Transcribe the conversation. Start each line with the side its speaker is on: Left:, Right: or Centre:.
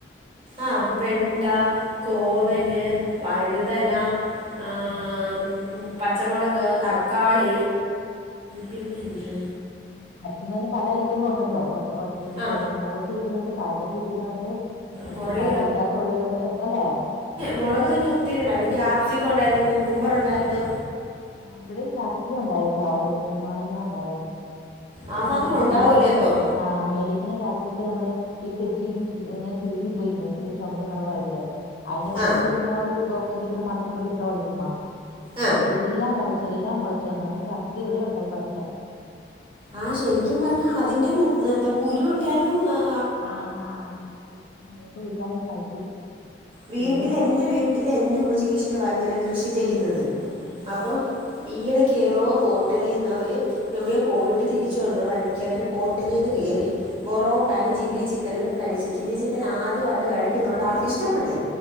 Right: ആഹ് വെണ്ട കോവല്
Left: ഉം.
Right: വഴുതന ഏഹ്
Left: ഉം.
Right: ഉം പച്ചമുളക് തക്കാളി പിന്നെ എന്നാ
Left: മച്ചു ങ്ങന്നെ പല ഐറ്റങ്ങളും ഉണ്ടല്ലോ എഹ് ഇഹ് ഇ ഇപ്പൊ
Right: ആ
Left: മോളിലോട്ട് ഇക്കുന്നുണ്ട് താഴെത്തേക്ക് രിക്കുന്നൊണ്ട്
Right: കുറേ
Left: കാട് വ്യത്യാസം ഉള്ളെ ണ്ട് അല്ലെ
Right: മൊളക് തന്നെ ഒത്തിരി ഉണ്ടായിരുന്നു. ക്യാപ്സിക്കോ ഉണ്ടായിര്ന്നു കുക്കുംബർ ഉണ്ടായിര്ന്നു.
Left: ആ ഇവിടെയും ചക്കി ഉണ്ടായിട്ടാ ഒരു മൂന്നാലാം ഞ്ചണ്ണം ഉണ്ടായത്.
Right: ആ
Left: അത്
Right: സാധനം
Left: നമ്മള്
Right: ഉണ്ടാവൂലേ
Left: മേടിക്കിന്
Right: ഇപ്പോൾ
Left: ആ് മേടിക്കുന്ന പ്ലാസ്റ്റിക്ക് നമ്മള് ഈ ഫ്രിഡ്ജിൽ ഇന്ന് ഇങ്ങന ചുരുങ്ങി ക്ക്ണില്ലെ ചുമ നിറവായിട്ട് അതിനെക്കൊണ്ട്
Right: ആ ആ
Left: ചുമ്മാ ഒരു ബോക്സിലേക്കണ്ട് മണ്ണിലേക്കൊണ്ട് ഇട്ടള്ളൂ ചുമ്മാ.
Right: ആ
Left: എല്ലാം മുളച്ചു എല്ലാം മുളച്ച് വന്നു അങ്ങനെ ഫസ്റ്റ് ഇവിടെ ഉണ്ടായി പച്ച
Right: ആഹ ശരിക്കും പറഞ്ഞാ അതിന്റെ എന്താ കുരു ഇട്ടാലും ആ
Left: ആ ആ മൂത്ത് വരുവാണെങ്കിൽ കഴിക്കും.
Right: വീട്ടിൽ
Left: ഇവിടെ അങ്ങനെ
Right: എൻറെ വീട്ടില് എൻറെ ഉമ്മച്ചിക്ക് ഇഷ്ടവാ ഇങ്ങനെ കൃഷി ചെയ്യുന്നത്
Left: ആ
Right: അപ്പം ഈയിടയ്ക്ക്തോ ഹോട്ടലിന്ന് അവര് എവിടെയ പോയിട്ട് തിരിച്ചു വന്ന വഴിക്ക് അവര് ഹോട്ടലിന്ന് കയറി ബൊറോട്ടെയും ചില്ലി ചിക്കനും കഴിച്ചു. ചില്ലി ചിക്കൻ ആദ്യമായിട്ട് കഴിക്കുന്നത് കൊണ്ട് ആൾക്ക് ഇഷ്ടപ്പെട്ട്.